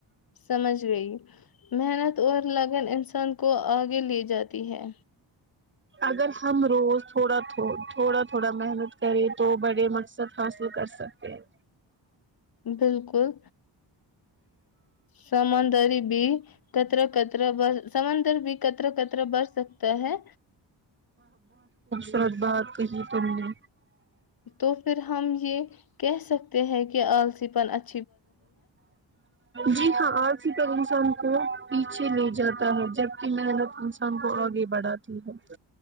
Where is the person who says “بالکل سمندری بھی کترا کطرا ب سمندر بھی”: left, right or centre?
Left